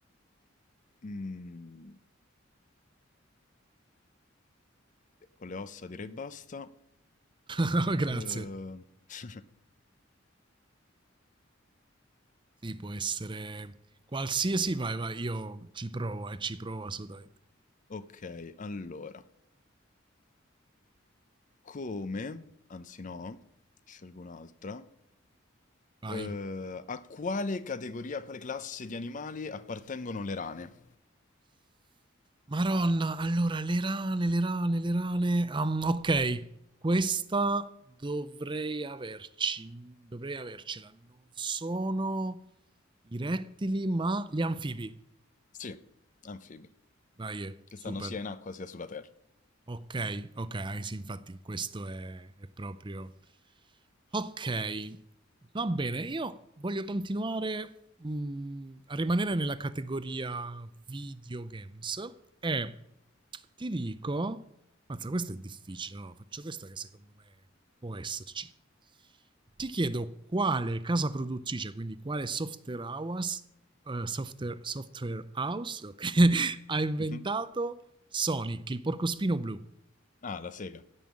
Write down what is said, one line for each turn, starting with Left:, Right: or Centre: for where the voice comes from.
Left: Mm, con le ossa direi basta.
Right: <laughs> Grazie.
Left: Uhm, <laughs>
Right: Sì, può essere qualsiasi, vai, vai, io ci provo, eh, ci provo assolutamente.
Left: okay, allora, come anzi no, scelgo un'altra.
Right: Vai.
Left: Uhm, a quale categoria, a quale classe di animali appartengono le rane?
Right: Maronna, allora, le rane, le rane, le rane. Ehm, ok, questa dovrei averci, dovrei avercela. Non sono i rettili, ma gli anfibi.
Left: Sì, anfibi,
Right: Vai, eh,
Left: che
Right: super.
Left: stanno sia in acqua sia sulla terra.
Right: Ok, ok, ah, sì, infatti questo è, è proprio... Ok, va bene, io voglio continuare mh, a rimanere nella categoria videogames e ti dico... Mazza, questo è difficile, no? Faccio questa che secondo me può esserci. Ti chiedo quale casa produttrice, quindi quale software house, eh, software, software house ok, <laughs> ha inventato
Left: Mh-mh.
Right: Sonic, il porcospino blu.
Left: Ah, la sega,